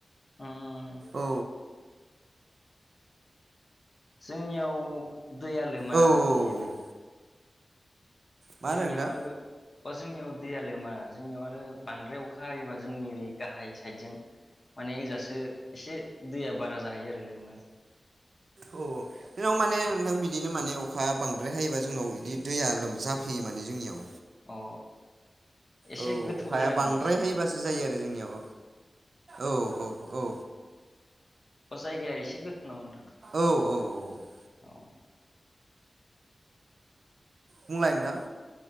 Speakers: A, on the left (about 45°); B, on the right (about 75°).
A: उम।
B: औ
A: जोंनियाव दैया लोमा
B: औ औ
A: लोमनायालाय।
B: औ मा
A: जोंनियाव
B: होनो नोंथां
A: आरो बा जोंनियाव दैया लोमा जोंनियाव आरो बांद्राय अखा हायोबा जोंनि ओरै गाहाय साइदजों माने ओजासो एसे दैया बारा जाहैयो आरो लोमो।
B: औ औ जोंनाव माने नोंथां बिदिनो माने अखा बांद्राय हायोबा जोंनाव इदि दैया लोम जाफैयो माने जोंनियाव।
A: अ एसे
B: औ
A: गोथौ
B: अखाया
A: जायगा
B: बांद्राय
A: नामा एसे
B: हायोबासो जायो आरो जोंनियाव औ औ औ औ।
A: जायगाया एसे गोथ नामा नोंथां?
B: औ औ औ।
A: अ।
B: बुंलाय नोंथां।